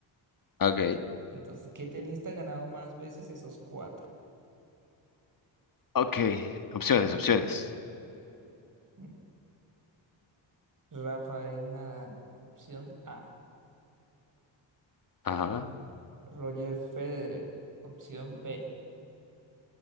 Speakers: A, on the left; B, on the right.
A: ok,
B: Entonces, ¿qué tenista ha ganado más veces esos cuatro?
A: Ok, opciones, opciones.
B: Mm. Rafael Nadal, opción A.
A: ajá,
B: Roger Federer, opción B.